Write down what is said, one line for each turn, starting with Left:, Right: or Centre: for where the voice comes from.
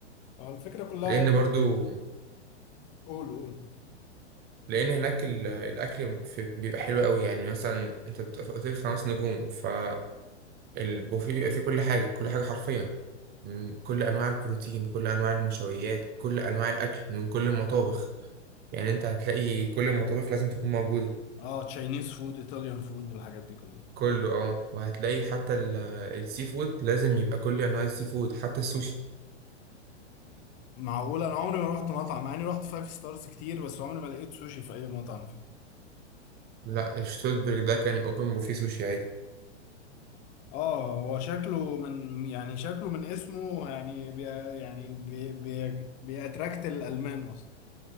Left: فالفكره كلها
Right: لان برضو
Left: قول قول
Right: لان هناك ال- الاكل في- بيبقى حلو قوي يعني مثلا انت بتبقى في اوتيل خمس نجوم فالبوفيه بيبقى فيه كل حاجه كل حاجه حرفيا م، كل انواع البروتين كل انواع النشويات كل انواع الاكل من كل المطابخ يعني انت هتلاقي كل المطابخ لازم تكون موجوده
Left: اه تشاينيز فود ايطاليان فود والحاجات دي كلها
Right: كله اه وهتلاقي حتى ال- السي فود لازم يبقى كل انواع السي فود حتى السوشي
Left: معقول انا عمري ما رحت مطعم مع اني رحت فايف ستارز كتير بس عمري ما لقيت سوشي في اي مطعم فيه
Right: لا الشتوتبرج ده كان اوبن بوفيه سوشي عادي
Left: اه هو شكله من يعني شكله من اسمه يعني بي يعني بي بي بيأتراكت الالمان اصلا